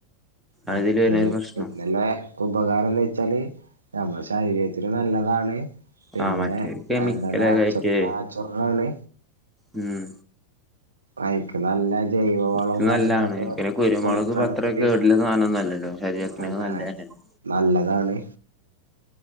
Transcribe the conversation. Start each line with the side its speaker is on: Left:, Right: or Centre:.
Right: മറ്റേ
Centre: അതില് വരുന്നൊരു പ്രശ്നം
Right: പിന്നെല്ലെ ഉപകാരംന്ന് വെച്ചാല് ഞമ്മെളെ ശരീരത്തിന് നല്ലതാണ് പിന്നെ
Centre: ആ മറ്റേ കെമിക്കലൊക്കെ
Right: എന്താ നാച്ചൊ
Centre: ആയിട്ട്
Right: നാച്ചൊർലാണ്
Centre: ഉം
Right: അയിക്ക് നല്ല ജൈവവളവും
Centre: ഇത് നല്ലാണ്
Right: കാര്യങ്ങളൊക്കെ
Centre: പിന്നെ കുരുമൊളക്
Right: കൊടുക്കാണെങ്കില്
Centre: പ്പത്രെ കേട്ല്ലെ സാനൊന്നു അല്ലല്ലോ ശരീര ത്ത്ന്
Right: അതെ
Centre: നല്ലെന്നെല്ലേ
Right: നല്ലതാണ്